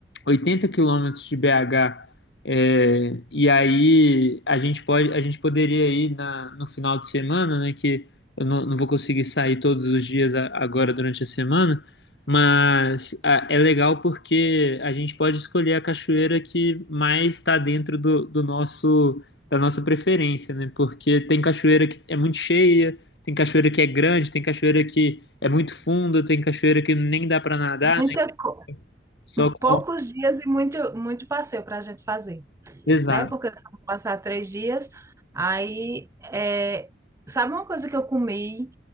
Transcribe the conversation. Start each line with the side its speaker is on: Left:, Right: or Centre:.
Left: 80 quilômetros de BH. É, e aí a gente pode, a gente poderia ir na, no final de semana, né? Que eu não, não vou conseguir sair todos os dias a- agora durante a semana, mas a- é legal porque a gente pode escolher a cachoeira que mais está dentro do, do nosso da nossa preferência, né? Porque tem cachoeira que é muito cheia, tem cachoeira que é grande, tem cachoeira que é muito funda, tem cachoeira que nem dá para nadar,
Right: Muita
Left: né?
Right: co...
Left: Só com...
Right: Poucos dias e muito, muito passeio para a gente fazer.
Left: Exato.
Right: né? Porque eu só vou passar três dias. Aí, é, sabe uma coisa que eu comi